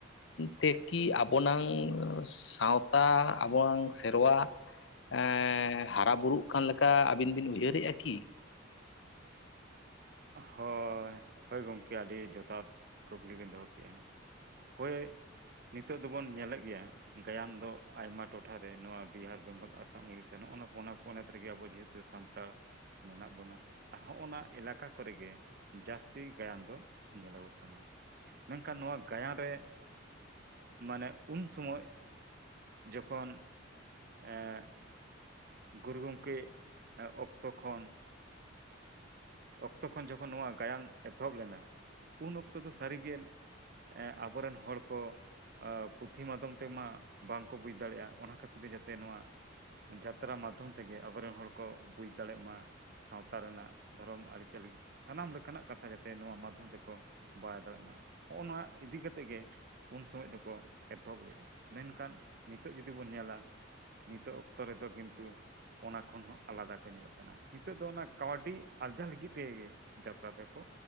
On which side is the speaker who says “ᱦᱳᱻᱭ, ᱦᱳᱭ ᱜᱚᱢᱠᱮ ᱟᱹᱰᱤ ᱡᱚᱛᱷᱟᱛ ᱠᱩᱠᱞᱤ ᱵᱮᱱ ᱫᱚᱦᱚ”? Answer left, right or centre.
Right